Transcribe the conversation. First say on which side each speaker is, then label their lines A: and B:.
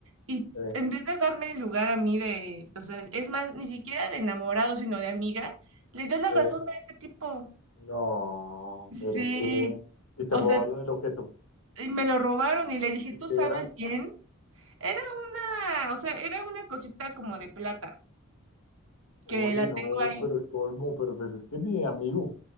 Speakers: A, on the right; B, on the left.
A: Y
B: eh,
A: en vez de darme el lugar a mí de, o sea, es más, ni siquiera de enamorado, sino de amiga, le dio la
B: eh,
A: razón a este tipo.
B: no,
A: Sí,
B: pero qué. Y te
A: o
B: robaron
A: sea,
B: el objeto.
A: y me lo robaron y le dije,
B: ¿Y
A: ¿tú
B: qué
A: sabes
B: era?
A: bien? Era una, o sea, era una cosita como de plata,
B: Oye,
A: que la tengo
B: no,
A: ahí
B: pero el colmo, pero pues es que ni de amigo,